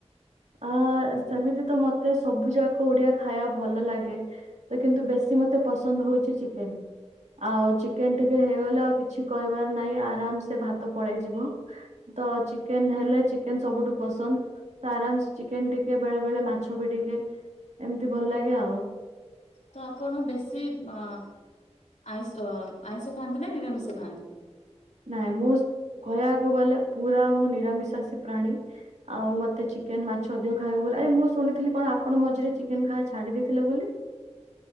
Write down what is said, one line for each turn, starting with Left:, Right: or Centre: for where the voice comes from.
Right: ଅ ସେମିତି ତ ମୋତେ ସବୁ ଯାକ ଓଡିଆ ଖାଇବା ଭଲ ଲାଗେ। ତ କିନ୍ତୁ ବେଶୀ ମତେ ପସନ୍ଦ ହଉଛି ଚିକେନ। ଆଉ ଚିକେନ ଟିକେ ହେଇଗଲେ ଆଉ କିଛି କରିବାର ନାହିଁ ଆରାମ ସେ ଭାତ ପଳେଇ ଯିବ। ତ ଚିକେନ ହେଲେ ଚିକେନ ସବୁଠୁ ପସନ୍ଦ ତ ଆରାମ ଚିକେନ ଟିକେ ବେଳେ ବେଳେ ମାଛ ବି ଟିକେ ଏମିତି ଭଲ ଲାଗେ ଆଉ।
Left: ତ ଆପଣ ବେଶି ଅ ଆଇଁଷ ଆଇଁଷ ଖାଆନ୍ତି ନା ନିରାମିଷ ଖାଆନ୍ତି?
Right: ନାଇଁ ମୁଁ କହିବାକୁ ଗଲେ ପୁରା ମୁଁ ନିରାମିଶାସୀ ପ୍ରାଣୀ। ଆଉ ମୋତେ ଚିକେନ ମାଛ ଅଧିକ ଖାଇବାକୁ ବୋଲି ଆରେ ମୁଁ ଶୁଣିଥିଲି କଣ ଆପଣ ମଝିରେ ଚିକେନ ଖାଇବା ଛାଡି ଦେଇଥିଲେ ବୋଲି?